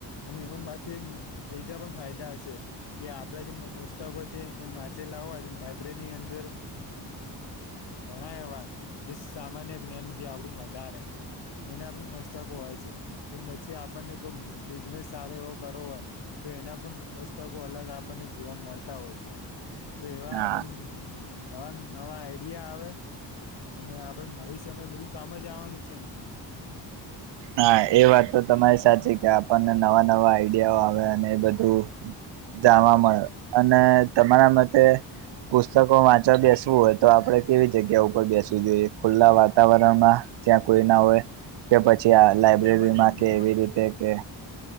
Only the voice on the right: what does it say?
<inaudible>
હા
હા એ વાત તો તમારી સાચી કે આપણને નવા નવા આઈડિયાઓ આવે અને એ બધું જાવા મળે અને તમારા મતે. પુસ્તકો વાંચવા બેસવું હોય તો આપડણે કેવી જગ્યા ઉપર બેસવું જોઈએ ખુલ્લા વાતાવરણમાં. ત્યાં કોઈ ના હોય કે પછી આ લાઈબ્રેરીમાં
કે એવી
રીતે કે.